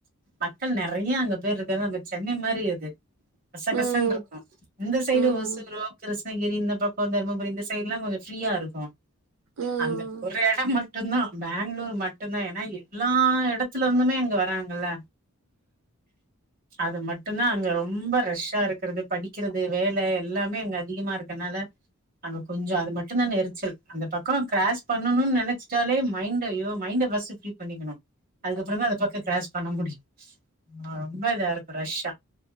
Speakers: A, on the right; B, on the right.
A: மக்கள் நெறைய அங்க பேர் இருக்காங்க நம்ப சென்னை மாரி அது கசக்கசன்ருக்கு
B: ம்
A: இந்த சைடு
B: ம்
A: ஓசூரோ கிருஷ்ணகிரி இந்த பக்கோ தர்மபுரி இந்த சைடுலா கொஞ்சோ ஃப்ரீயா இருக்கு
B: ம்
A: அந்த ஒரு எடம் மட் டுந்தா பேங்களூர் மட்டுந்தா எனா எல்லா எடத்துல இருந்துமே அங்க வராங்கல்ல அது மட்டுதா அங்க ரொம்ப ர ஷ்ஷா இருக்கறது படிக்கறது வேல எல்லாமே எங்க அதிகமா இருக்கனால அங்க கொஞ்சோ அது மட்டுந்தான் நெரிச்சல் அந்த பக்கோ கிராஸ் பண்ணுன் நெனச்ட்டாலே மைண்டு ஐயோ மைண்ட ஃபர்ஸ்டு ஃப்ரீ பண்ணிக்கணு அதுக்கப்பறோ தா அது பக்க கிராஸ் பண்ண முடியு ரொம்ப இதா இருக்கு ரஷ்ஷ